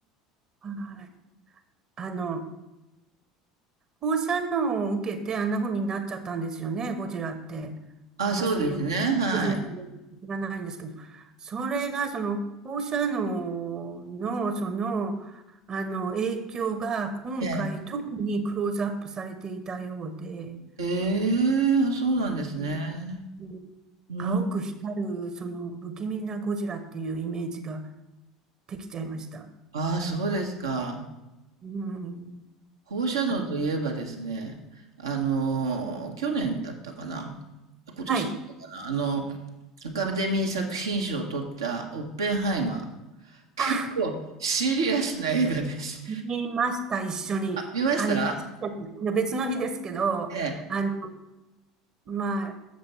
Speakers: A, on the right; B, on the right.
A: はい。あの、放射能を受けてあんな風になっちゃったんですよね、ゴジラって。
B: あ、
A: あ私、
B: そうですね。
A: よくゴジラの歴史知らないんですけど、
B: はい。
A: それが、その、放射能の、その、あの、影響が、今回、
B: ええ。
A: 特にクローズアップされていたようで、
B: ええ、あ、そうなんですね。
A: うん
B: うん。
A: 青く光る、その、不気味なゴジラっていうイメージができちゃいました。
B: ああ、そうですか。
A: うん、うん
B: 放射能といえばですね、
A: はい。
B: あの、去年だったかな。今年だったかな。
A: はい。
B: あの、アカデミー作品賞を取ったオッペンハイマー。結構シリアスな映画です。
A: あ見ました、一緒に。
B: あ、見ました
A: あの、別の日ですけど、
B: ええ。
A: あの、まあ、